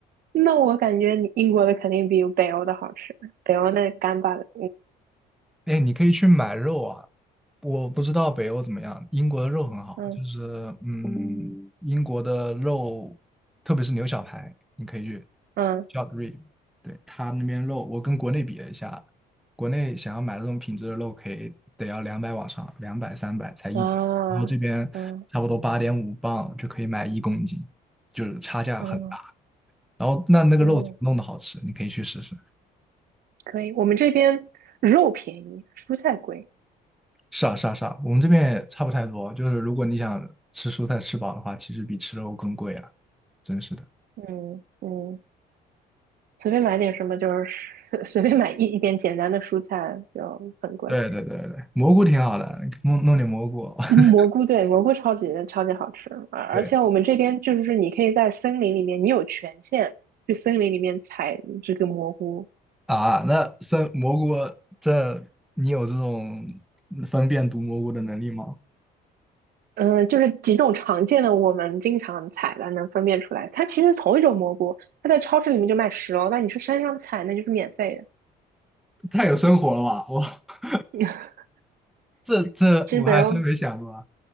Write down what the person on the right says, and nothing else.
那我感觉你英国的肯定比北欧的好吃，北欧那干巴的，
嗯
嗯
嗯啊嗯
嗯
嗯，
可以。我们这边肉便宜，蔬菜贵，
嗯嗯，随便买点什么就是随随便买一一点简单的蔬菜就很贵。
蘑菇对蘑菇超级超级好吃，而而且我们这边就是你可以在森林里面，
你有权限去森林里面采这个蘑菇。
嗯，就是几种常见的我们经常采的能分辨出来，它其实同一种蘑菇，它在超市里面就卖十欧，但你去山上采那就是免费的。
<laughs>
其实北欧